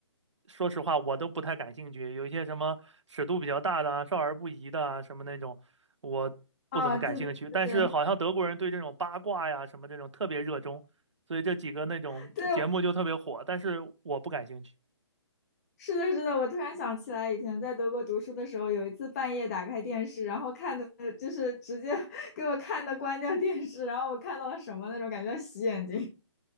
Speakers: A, on the right; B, on the left.
A: 说实话，我都不太感兴趣。有一些什么尺度比较大的啊少儿不宜的啊，什么那种，我不怎么感兴趣。
B: 啊，对对对对
A: 但是好像德国人对这种八卦呀什么这种特别热衷，所以这几个那种节目就特别火，
B: <laughs> 对，
A: 但是我不感兴趣。
B: 是的，是的，我突然想起来，以前在德国读书的时候，有一次半夜打开电视，然后看的就是直接 <laughs> 给我看的关掉电视，然后我看到了什么那种感觉洗眼睛